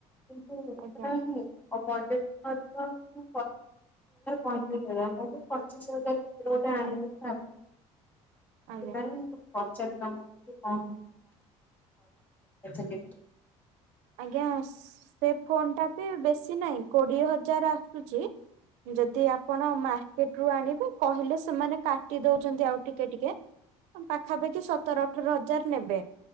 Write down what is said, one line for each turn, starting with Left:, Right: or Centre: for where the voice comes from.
Left: କିନ୍ତୁ ସେଟା
Right: ଆଜ୍ଞା
Left: ଆଇନି। <unintelligible> ତିରିଶ ହଜାର ପଇଁତିରିଶ ହଜାର ମୁଁ ସେଇ ପଚିଶ ହଜାରେ। ଭିତରେ ଗୋଟ ଆଣିବି ବୋଲି ଭାବିଚି
Right: ଆଜ୍ଞା
Left: ସେପାଇଁ ମୁଁ କଲି। ପଚାରେ ତମକୁ କି କଣ <unintelligible>
Right: ଆଜ୍ଞା ସ୍ ସେ ଫୋନ୍ ଟା ପି ବେଶୀ ନାହିଁ କୋଡ଼ିଏ ହଜାର ଆସୁଚି। ଯଦି ଆପଣ ମାର୍କେଟ ରୁ ଆଣିବେ କହିଲେ ସେମାନେ କାଟି ଦଉଚନ୍ତି ଆଉ ଟିକେ ଟିକେ। ତମ୍ ପାଖାପାଖି ସତର ଅଠର ହଜାର ନେବେ।